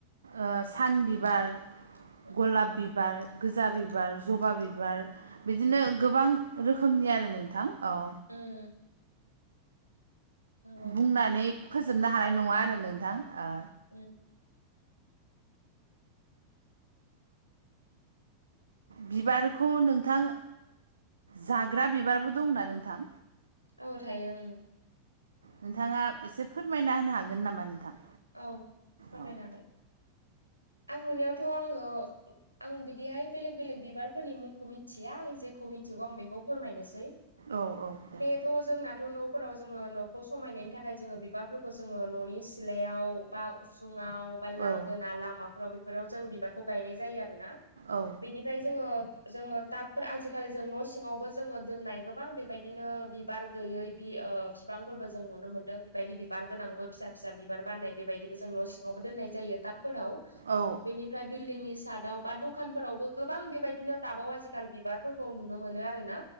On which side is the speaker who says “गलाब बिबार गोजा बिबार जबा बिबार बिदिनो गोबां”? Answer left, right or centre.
Right